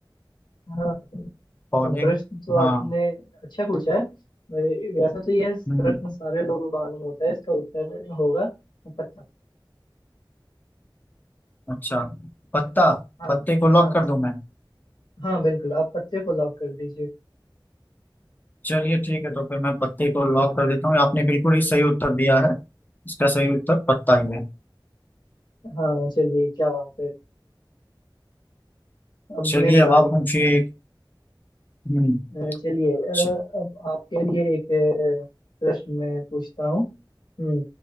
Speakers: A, on the left (about 70°); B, on the left (about 20°).
A: हाँ
B: पौधे
A: प्रश्न तो
B: हाँ
A: आपने अच्छा पूछा है वै- वैसे तो यह
B: हम्म,
A: प्रश्न सारे लोगों को मालूम होता है इसका उत्तर होगा पत्ता
B: अच्छा पत्ता
A: हाँ
B: पत्ते को लॉक
A: हाँ
B: कर
A: इस
B: दूं मैं
A: हाँ बिल्कुल आप पत्ते को लॉक कर दीजिए
B: चलिए ठीक है तो फिर मैं पत्ते को लॉक कर देता हूँ आपने बिल्कुल ही सही उत्तर दिया है इसका सही उत्तर पत्ता ही है
A: हाँ चलिए क्या बात है अब
B: चलिए
A: मेरी
B: अब
A: बारी
B: आप
A: है।
B: पूछिए एक हम्म
A: अ, चलिए
B: अच्छा,
A: अ, अब आपके लिए एक अ, प्रश्न मैं पूछता हूँ हम्म